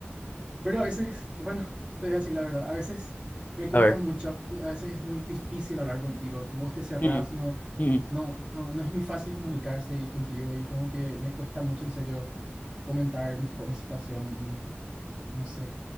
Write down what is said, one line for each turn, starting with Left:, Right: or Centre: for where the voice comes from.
Right: Pero a veces, bueno, te voy a decir la verdad, a veces me cuesta
Left: A ver.
Right: mucho, a veces es muy difícil hablar contigo, vos te cerrás,
Left: Mm,
Right: no
Left: mm.
Right: No, no, no es muy fácil comunicarse y contigo y como que me cuesta mucho en serio comentar mis, co- mi situación y no sé.